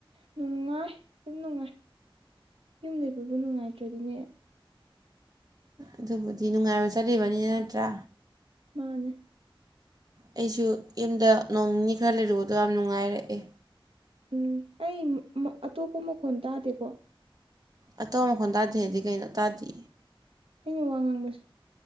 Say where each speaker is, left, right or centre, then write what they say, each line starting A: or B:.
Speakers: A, on the right; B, on the right.
A: ꯅꯨꯡꯉꯥꯏ ꯑꯗꯨꯝ ꯅꯨꯡꯉꯥꯏ ꯌꯨꯝ ꯂꯩꯕꯕꯨ ꯅꯨꯡꯉꯥꯏꯇ꯭ꯔꯗꯤꯅꯦ
B: ꯑꯗꯨꯕꯨꯗꯤ ꯅꯨꯡꯉꯥꯏꯕ ꯆꯠꯂꯤꯕꯅꯤꯅ ꯅꯠꯇ꯭ꯔꯥ
A: ꯃꯥꯅꯦ
B: ꯑꯩꯁꯨ ꯌꯨꯝꯗ ꯅꯣꯡ ꯅꯤꯅꯤ ꯈꯔ ꯂꯩꯔꯨꯕꯗꯣ ꯌꯥꯝ ꯅꯨꯡꯉꯥꯏꯔꯛꯑꯦ
A: ꯎꯝ ꯑꯩ ꯑꯇꯣꯞꯄ ꯃꯈꯣꯟ ꯇꯥꯗꯦꯀꯣ
B: ꯑꯇꯣꯞꯄ ꯃꯈꯣꯟꯜ ꯇꯥꯗꯦ ꯍꯥꯏꯗꯤ ꯀꯩꯅꯣ ꯇꯥꯗꯦ
A: ꯑꯩꯅ ꯋꯥ ꯉꯥꯡꯕꯁꯦ